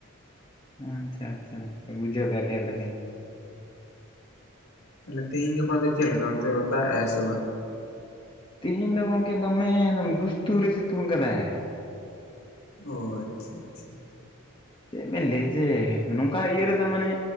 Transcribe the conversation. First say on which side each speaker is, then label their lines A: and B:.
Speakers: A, on the left (about 25°); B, on the left (about 75°).
A: ᱟᱪᱪᱷᱟ ᱟᱪᱪᱷᱟ ᱟᱪᱪᱷᱟ ᱵᱩᱡᱷᱟᱹᱣ ᱫᱟᱲᱮᱭᱟ ᱫᱟᱞᱤᱧ᱾
B: ᱦᱩᱸ ᱛᱮᱦᱤᱧ ᱜᱟᱯᱟ ᱫᱚ ᱪᱮᱫ ᱞᱮᱠᱟ ᱚᱱᱛᱮ ᱫᱟᱜ ᱮᱟᱭ ᱥᱮ ᱵᱟᱝ᱾
A: ᱛᱮᱦᱮᱧ ᱫᱚ ᱜᱚᱢᱠᱮ ᱫᱚᱢᱮ ᱮᱫᱚᱢ ᱫᱩᱥᱛᱩ ᱨᱮ ᱥᱤᱛᱩᱝ ᱠᱟᱫᱟᱭ᱾
B: ᱚ ᱟᱪᱪᱷᱟ ᱟᱪᱪᱷᱟ
A: ᱪᱮᱫ ᱵᱮᱱ ᱞᱟᱹᱭ ᱡᱮ ᱱᱚᱝᱠᱟ ᱤᱭᱟᱹ ᱨᱮᱫᱚ ᱢᱟᱱᱮ